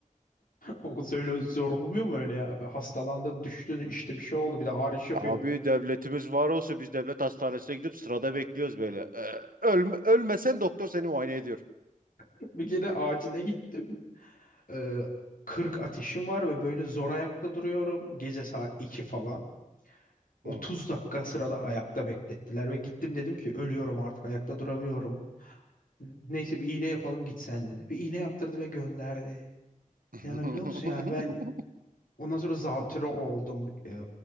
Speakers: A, on the left; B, on the right.
A: O öyle zor olmuyor mu öyle ya? Hastalandın, düştün, işte bir şey oldu, bir de ağrış yapıyorsun.
B: Abi devletimiz var olsa biz devlet hastanesine gidip sırada bekliyoruz böyle. Ee, ölme- ölmesen doktor seni muayene ediyor.
A: <laughs> Bir kere acile git. Ee, 40 ateşim var ve böyle zor ayakta duruyorum. Gece saat 2 falan. 30
B: Hı.
A: dakika sırada ayakta beklettiler ve gittim dedim ki ölüyorum artık ayakta duramıyorum. Neyse bir iğne yapalım git sen dedi. Bir iğne yaptırdı ve gönderdi.
B: <laughs>
A: İnanabiliyor musun yani ben ondan sonra zatüre oldum e,